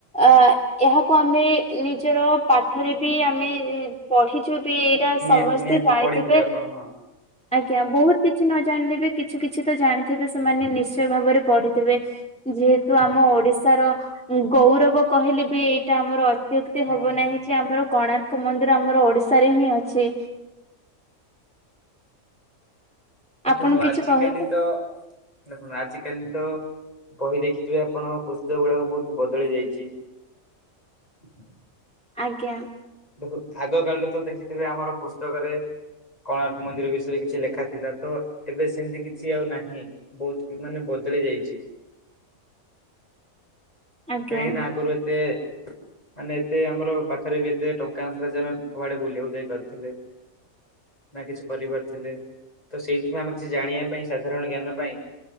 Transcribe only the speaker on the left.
ନିହାତି
ନିହାତି
ପଢିଥିବେ ଆପଣ ହଁ
ଆଜ୍ଞା
ଦେଖନ୍ତୁ
ଆଜିିକାଲି
ତ ଦେଖନ୍ତୁ ଆଜିିକାଲି ତ ବହି ଦେଖିଥିବେ ଆପଣ ପୁସ୍ତକ ଗୁଡାକ ବହୁତ ବଦଳି ଯାଇଛି। <inaudible>
ଦେଖ ଆଗ କାଳରେ ତ ଦେଖିଥିବେ ଆମର ପୁସ୍ତକରେ କୋଣାର୍କ ମନ୍ଦିର ବିଷୟରେ କିଛି ଲେଖା ଥିଲା ତ ଏବେ ସେମିତି କିଛି ଆଉ ନାହିଁ ବହୁତ ମାନେ ବ ଦଳି ଯାଇଛି।
କାହିଁକି ନା ଆଗରୁ ଏତେ ମାନେ ଏତେ ଆମର ପାଖରେ ବି ଏତେ ଟଙ୍କା ନଥିଲା ଯେ ଆମେ କୁଆଡେ ବୁଲିବାକୁ ଯାଇପାରୁଥିଲେ। ନା କିଛି କରିପାରୁଥିଲେ ତ ସେଇଥିପାଇଁ ଆମେ କିଛି ଜାଣିବା ପାଇଁ ସାଧାରଣ ଜ୍ଞାନ ପାଇଁ